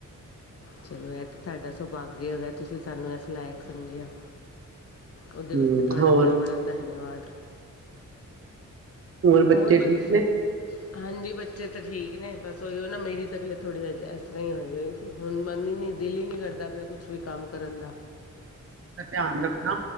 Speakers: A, on the left; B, on the right.
A: ਚਲੋ ਇਹ ਤੇ ਤੁਹਾਡਾ ਸਭਾਗਿਆ ਹੋਇਆ ਤੁਸੀਂ ਸਾਨੂੰ ਇਸ ਲਾਇਕ ਸਮਝਿਆ। ਉਹਦੇ
B: ਹੂੰ,
A: ਵਾਸਤੇ ਤੁਹਾਡਾ
B: ਹੋਰ
A: ਬੜਾ ਬੜਾ ਧੰਨਵਾਦ।
B: ਬੱਚੇ
A: ਹੋਰ ਬਸ।
B: ਠੀਕ ਨੇ?
A: ਹਾਂਜੀ ਬੱਚੇ ਤਾਂ ਠੀਕ ਨੇ ਬਸ ਉਹੀਓ ਨਾ ਮੇਰੀ ਤਬੀਅਤ ਥੋੜ੍ਹੀ ਅੱਜ ਇਸ ਤਰ੍ਹਾਂ ਹੀ ਹੋਈ ਹੋਈ। ਹੁਣ ਮੰਨ ਨੀ ਦਿਲ ਹੀ ਨੀ ਕਰਦਾ। ਪਿਆ ਕੁਝ ਵੀ ਕੰਮ ਕਰਨ ਦਾ
B: ਧਿਆਨ ਰੱਖਣਾ